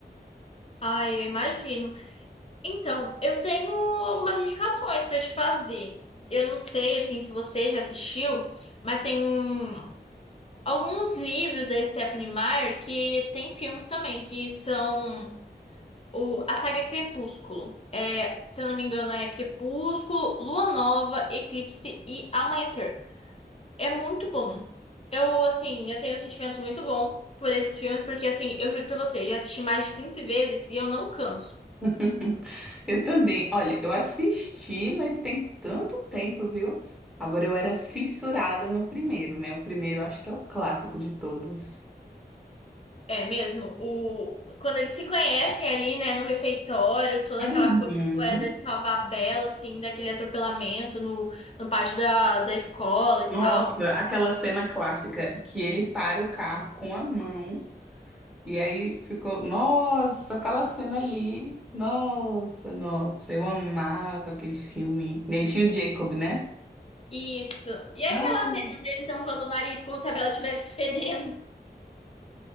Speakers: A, on the left; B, in the centre.
A: Ai, eu imagino. Então, eu tenho algumas indicações pra te fazer. Eu não sei, assim, se você já assistiu, mas tem um- alguns livros da Stephanie Meyer que tem filmes também, que são o, a saga Crepúsculo. É, se eu não me engano, é Crepúsculo, Lua Nova, Eclipse e Amanhecer. É muito bom. Eu, assim, eu tenho um sentimento muito bom por esses filmes, porque, assim, eu juro pra você, eu já assisti mais de 15 vezes e eu não canso.
B: <laughs> Eu também. Olha, eu assisti, mas tem tanto tempo, viu? Agora eu era fissurada no primeiro, né? O primeiro eu acho que é o clássico de todos.
A: É mesmo, o... quando eles se conhecem ali, né, no refeitório, toda
B: Uhum.
A: aquela coisa do Edward salvar a Bella, assim, daquele atropelamento no, no pátio da, da escola e
B: Nossa,
A: tal.
B: aquela cena clássica que ele para o carro com a mão e aí ficou, nossa, aquela cena ali. Nossa, nossa, eu amava aquele filme. E aí tinha o Jacob, né?
A: Isso. E aquela
B: Nossa.
A: cena dele tampando o nariz como se a Bella estivesse fedendo.